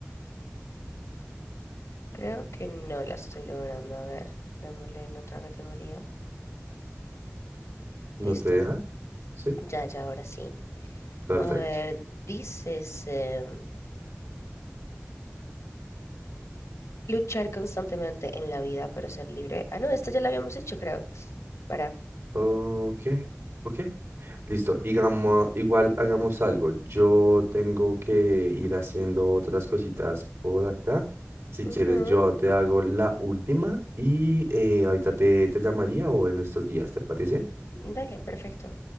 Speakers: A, on the left (about 85°); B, on the right (about 65°).
A: Creo que no la estoy logrando. A ver, dámosle en otra categoría.
B: ¿no
A: Listo.
B: te deja? Sí,
A: Ya, ya, ahora sí.
B: perfecto.
A: A ver, dices em, luchar constantemente en la vida, pero ser libre. Ah, no, esta ya la habíamos hecho, creo. Para.
B: Ok, ok. Listo, digamos, igual hagamos algo. Yo tengo que ir haciendo otras cositas por acá. Si quieres,
A: Ujú,
B: yo te hago la última y eh, ahorita te, te llamaría o en estos días, ¿te parece?
A: Dale, perfecto.